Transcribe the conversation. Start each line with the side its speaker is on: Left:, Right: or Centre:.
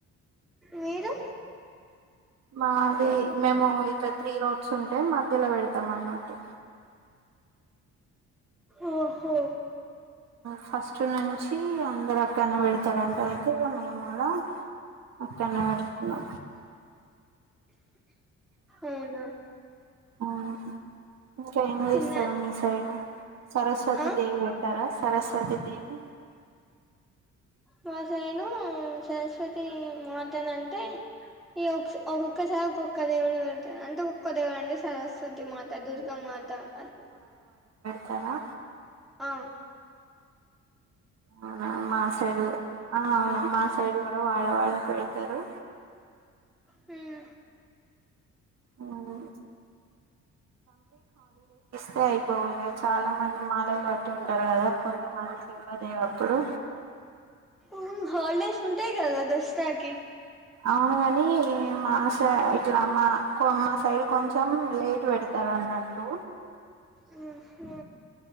Centre: మీరు
Right: మాది మేము ఇక్క త్రీ రోడ్స్ ఉంటే మధ్యలో పెడతాం అన్నట్టు
Centre: ఓహో
Right: ఫస్ట్ నుంచి అందరు అక్కడనే పెడతారంట అయితే మేము కూడా అక్కడనే పెడుతున్నాం
Centre: అవునా
Right: అవును ఇంకా ఏమి
Centre: తిన్న
Right: చేస్తారా మీ సైడ్ సరస్వతి
Centre: ఆ
Right: దేవి పెట్టారా సరస్వతి దేవి
Centre: మా సైడు సరస్వతి మాతన్ అంటే ఈ ఒ ఒక్కొక్కసారి ఒక్కొక్క దేవుడుడ అంటే ఒక్కొక్క దేవుడ్ అంటే సరస్వతి మాతా దుర్గా మాత అ
Right: తారా
Centre: ఆ
Right: అవునా మా సైడు ఆ అవును మాసైడు కూడా వాడ వాడ కి పెడుతరు
Centre: హ్మ్మ్
Right: ఉమ్, తై అయిపో లే చాలా మంది మాలలు పట్టి ఉంటారు గదా కొంతమంది దుర్గమ్మ దేవి అప్పుడు
Centre: హ్ హాలిడేస్ ఉంటాయి. గాదా దసరా కి
Right: అవును కాని మా స ఇట్లా మా మా సైడ్ కొంచెం లేట్ పెడుతారు. అన్నట్టు
Centre: హు హు